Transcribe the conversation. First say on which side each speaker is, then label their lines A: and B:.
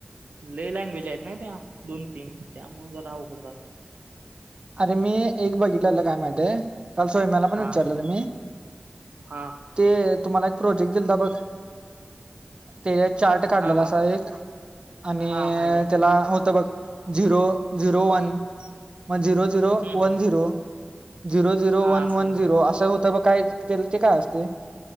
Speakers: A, on the right; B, on the right.
A: लई लँग्वेज आहेत ना त्या दोन तीन त्यामुळे जरा अवघडतात.
B: अरे मी एक बघित ल्याला काय माहितय काल सोयम्याला पण
A: हा
B: विचारलं मी.
A: हा
B: ते तुम्हाला, एक प्रोजेक्ट दिलता बघ ते चार्ट काढलेला
A: हा हा
B: असा एक, आणि
A: हा माहित आहे.
B: त्याला होत बघ. झिरो झिरो वन म zero zero
A: hmm
B: one
A: hmm
B: zero zero zero
A: हा
B: वन
A: असं
B: वन
A: मग
B: झिरो असं होतं ब काय त्या ते काय असते?